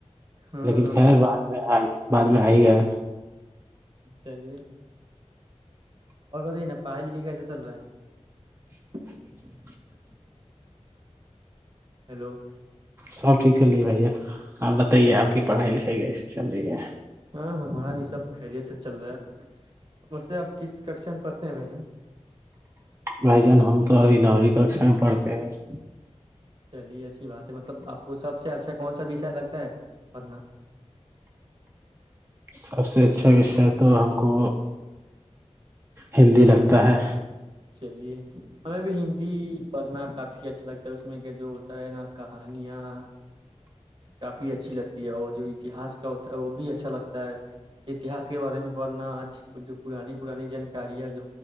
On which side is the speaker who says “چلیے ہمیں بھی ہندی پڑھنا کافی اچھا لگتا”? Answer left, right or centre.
Right